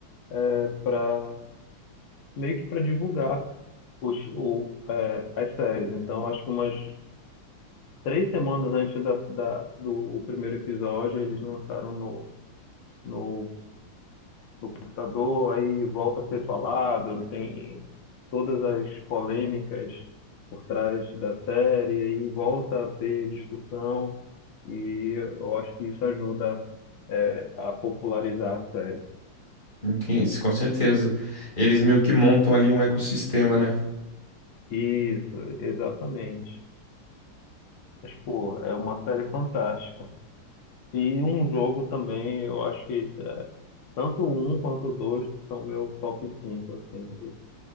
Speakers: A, on the left; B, on the left.
A: é para meio que para divulgar os, o, é, as séries. Então acho que umas três semanas antes da, da- do primeiro episódio eles lançaram no, no no computador, aí volta a ser falado, tem todas as polêmicas por trás da série, aí volta a ter discussão, e eu acho que isso ajuda, é, a popularizar a série.
B: Entendi, com certeza. Eles meio que montam ali um ecossistema, né?
A: Isso, exatamente. Mas, pô, é uma série fantástica. E um jogo também, eu acho que é, tanto o um quanto o dois são meu top 5 assim, de-